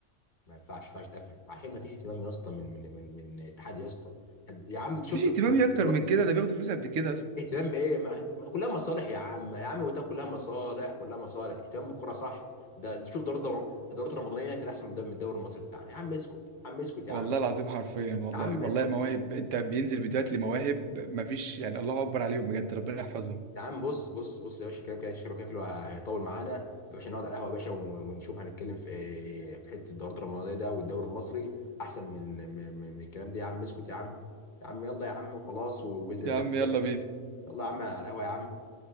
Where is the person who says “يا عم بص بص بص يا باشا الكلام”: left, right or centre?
Left